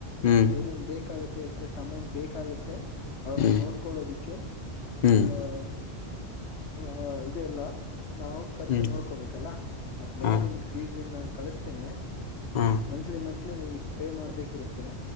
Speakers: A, on the left (about 50°); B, on the left (about 75°).
A: ಹ್ಮ್
B: ಏನೇನ್ ಬೇಕಾಗು ಮತ್ತ ಎಷ್ಟ ಎಷ್ಟು ಅಮೌಂಟ್ ಬೇಕಾಗುತ್ತೆ ಅವ್ರನ್ನ
A: ಹ್ಮ್
B: ನೋಡ್ಕೊಳ್ಳೋದಿಕ್ಕೆ
A: ಹ್ಮ್
B: ಆಹ ಹ ಇದೆ ಎಲ್ಲ ನಾವು ಖರ್ಚು
A: ಹ್ಮ್
B: ನೋಡ್ಕೋಬೇಕಲ್ಲ ಅದ್ನೆಲ್ಲಾ
A: ಹ
B: ನಿಮಗೆ ಫೀಸ್ ಇನ್ ನಾನು ಕಳಿಸ್ತೇನೆ
A: ಹ
B: ಮಂತ್ಲಿ ಮಂತ್ಲಿ ನೀವು ಇಷ್ಟ ಮಾಡ್ಬೇಕಿರುತ್ತೆ.